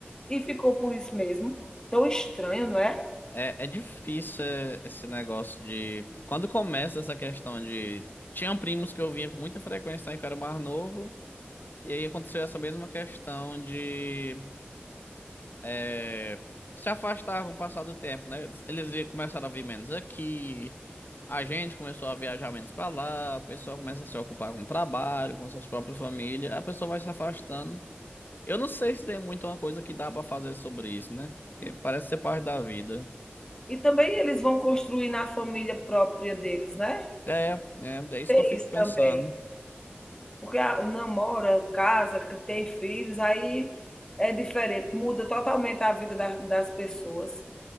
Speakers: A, on the left; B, on the left.
A: E ficou por isso mesmo. Tão estranho, não é?
B: É, é difícil é, esse negócio de. Quando começa essa questão de. Tinha primos que eu vinha com muita frequência lá em que eu era mais novo, e aí aconteceu essa mesma questão de. é, se afastar com o passar do tempo, né? Eles vi- começaram a vir menos aqui, a gente começou a viajar menos pra lá, a pessoa começa a se ocupar com o trabalho, com suas próprias famílias, a pessoa vai se afastando. Eu não sei se tem muito uma coisa que dá pra fazer sobre isso, né? Porque parece ser parte da vida.
A: E também eles vão construir na família própria deles, né?
B: É, é, é isso
A: Tem
B: que eu fico
A: isso
B: pensando.
A: também. Porque a- namora, casa, que tem filhos, aí é diferente, muda totalmente a vida da- das pessoas.